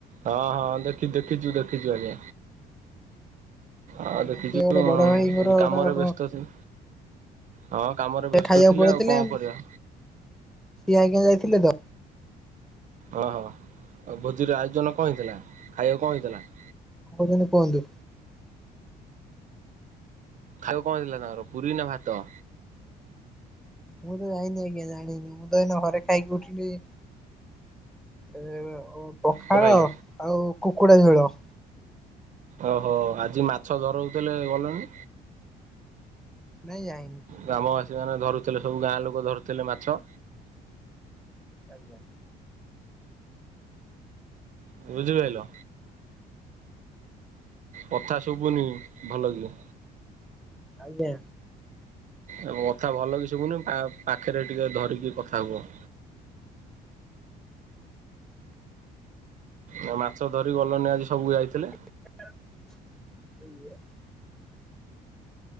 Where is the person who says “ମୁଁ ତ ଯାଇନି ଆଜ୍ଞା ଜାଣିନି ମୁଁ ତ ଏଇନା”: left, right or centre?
Centre